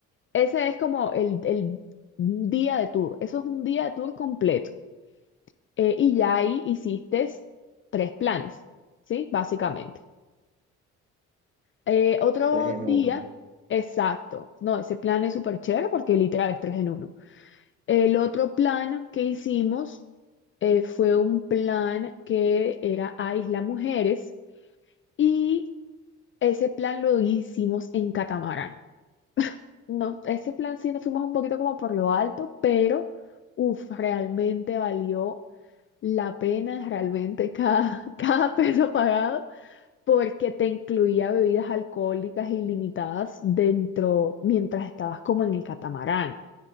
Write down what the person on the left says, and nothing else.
ese es como el, el día de tour. Eso es un día de tour completo. Eh, y ya ahí hiciste tres planes, ¿sí? Básicamente. Eh, otro
día,
exacto. No, ese plan es súper chévere porque literal es tres en uno. El otro plan que hicimos eh, fue un plan que era a Isla Mujeres y ese plan lo hicimos en catamarán. No, ese plan sí nos fuimos un poquito como por lo alto, pero uf, realmente valió la pena, realmente cada, <laughs> cada peso pagado, porque te incluía bebidas alcohólicas ilimitadas dentro mientras estabas como en el catamarán.